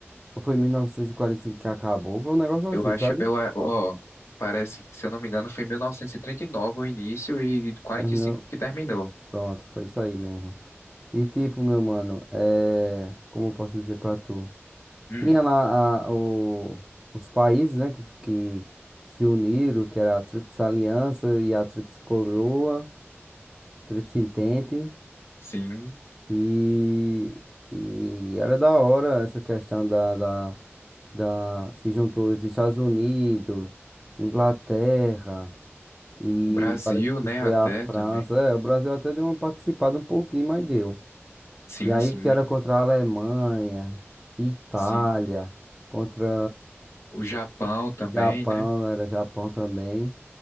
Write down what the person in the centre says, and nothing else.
ou foi em 1945 que acabou, foi um negócio assim,
sabe?
Terminou,
pronto, foi isso aí mesmo. E tipo, meu mano, é... como eu posso dizer pra tu?
Tinha lá a- o- os países, né, que, que se uniram, que era a Tríplice Aliança e a Tríplice Coroa, Tríplice Entente,
e, e era da hora essa questão da, da, da... Se juntou os Estados Unidos, Inglaterra, e
parece
que foi
a França.
É, o Brasil até deu uma participada um pouquinho, mas deu.
E aí
que era contra a Alemanha, Itália,
contra...
Japão,
era Japão também.